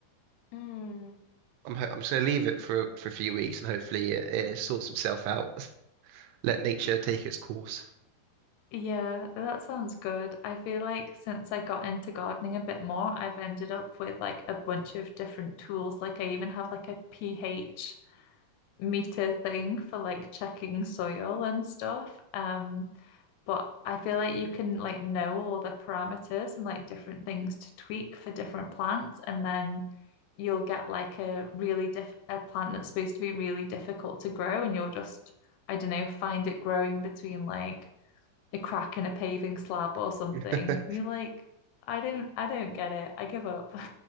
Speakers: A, on the left; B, on the right.
A: Mm.
B: I'm ho- I'm just gonna leave it for for a few weeks and hopefully it, it sorts itself out. <laughs> Let nature take its course.
A: Yeah, that sounds good. I feel like since I got into gardening a bit more, I've ended up with like a bunch of different tools. Like I even have like a pH meter thing for like checking soil and stuff. Um, But I feel like you can like know all the parameters and like different things to tweak for different plants, and then you'll get like a really diff a plant that's supposed to be really difficult to grow, and you'll just, I don't know, find it growing between like a crack in a paving slab or something.
B: <laughs>
A: And you're like, I don't, I don't get it. I give up. <laughs>